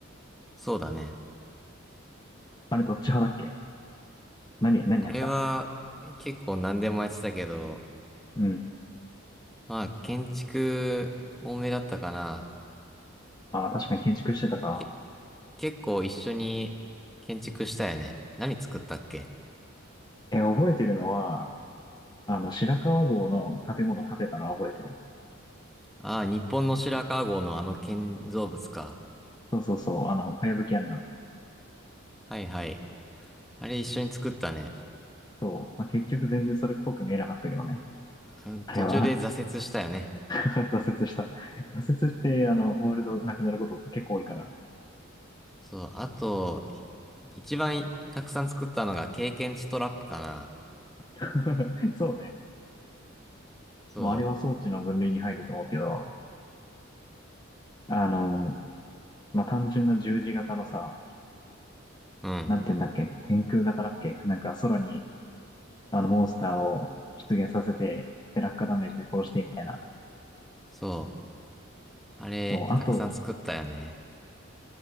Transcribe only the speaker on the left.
あれどっち派だっけ何、何やってた
うん。
あ、まあ確かに建築してたか。
え、覚えてるのは、あの、白川郷の建物建てたのは覚えてる。
そうそうそう、あの、かやぶき屋根の。
そう。まあ結局全然それっぽく見えなかったけどね。
あれは、<laughs> 挫折した。挫折して、あの、ワールドなくなること結構多いから。
<laughs> そうね。
もうあれは装置の分類に入ると思うけど、あの、まあ、単純な十字型のさ、
なんて言うんだっけ天空型だっけなんか空にあのモンスターを出現させて、で落下ダメージで殺してみたいな。
そうあと、